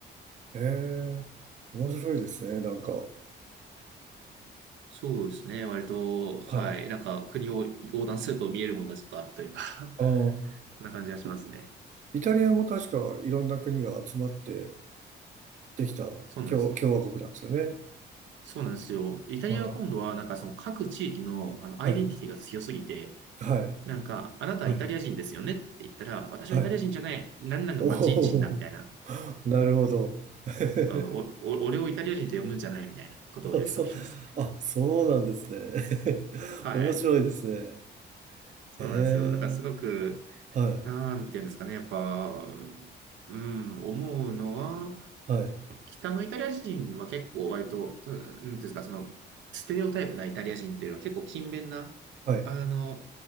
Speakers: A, on the right (about 40°); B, on the right (about 75°).
A: へえ、面白いですね、なんか。
B: そうですね。割と、はい。
A: はい。
B: なんか国を横断すると見えるものがちょっとあるというか <laughs> そ
A: ああ。
B: んな感じがしますね。
A: イタリアも確かいろんな国が集まってできた共、
B: そうなんです。
A: 共和国なんですよね。
B: そうなんですよ。イタリアは今度はなんかその各地域のあのアイデンティティが強すぎて、
A: うん。はい。はい。
B: なんか、あなたはイタリア人ですよねって言ったら、
A: はい。
B: 私はイタリア人じゃない、
A: はい。
B: 何々の町人だみたいな
A: おお、<laughs> なるほど。<laughs>
B: あのおお俺をイタリア人と読むんじゃないみたいなことを言う人がいますね。
A: そう、あ、そうなんですね。<laughs>
B: はい。
A: 面白いですね。
B: そうなんですよ。
A: ええ、
B: だからすごく、
A: はい、
B: なんていうんですかね。やっぱ、うん、思うのは、
A: はい、
B: 北のイタリア人は結構割と、うん、なんていうんですか、その、ステレオタイプなイタリア人っていうのは結構勤勉な、
A: はい、
B: あの、